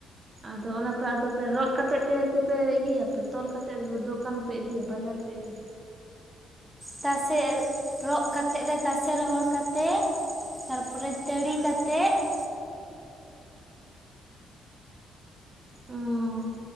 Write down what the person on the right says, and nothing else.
ᱟᱫᱚ ᱚᱱᱟ ᱯᱮ ᱟᱫᱚ ᱯᱮ ᱨᱚᱜ ᱠᱟᱛᱮ ᱠᱮᱯᱮ ᱤᱭᱟᱹᱭᱟᱯᱮ ᱛᱚᱞ ᱠᱟᱛᱮᱜ ᱫᱚᱠᱟᱱ ᱯᱮ ᱤᱫᱤᱭᱟ, ᱵᱟᱡᱟᱨ ᱯᱮ ᱤᱫᱤᱭᱟ?
ᱩᱸ ᱚᱸ,